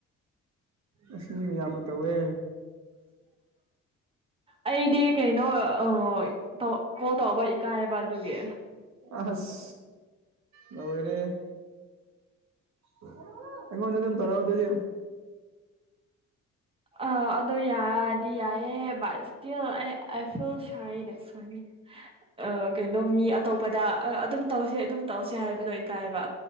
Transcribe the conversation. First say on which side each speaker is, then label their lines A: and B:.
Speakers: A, on the right (about 65°); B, on the right (about 20°).
A: ꯑ꯭ꯁ ꯃꯤꯌꯥꯝꯅ ꯇꯧꯋꯦ
B: ꯑꯩꯗꯤ ꯀꯩꯅꯣ ꯑꯥ ꯇꯧ ꯀꯣꯜ ꯇꯧꯕ ꯏꯀꯥꯏꯌꯦꯕ ꯑꯗꯨꯒꯤ
A: ꯑꯁ ꯂꯣꯏꯔꯦ ꯑꯩꯉꯣꯟꯗ ꯑꯗꯨꯝ ꯇꯔꯣ ꯑꯗꯨꯗꯤ
B: ꯑꯥ ꯑꯗꯣ ꯌꯥꯔꯗꯤ ꯌꯥꯏꯌꯦ <unintelligible> ꯑ ꯀꯩꯅꯣ ꯃꯤ ꯑꯇꯣꯞꯄꯗ ꯑꯥ ꯑꯗꯨꯝ ꯇꯧꯁꯦ ꯑꯗꯨꯝ ꯇꯧꯁꯦ ꯍꯥꯏꯕꯗꯣ ꯏꯀꯥꯏꯕ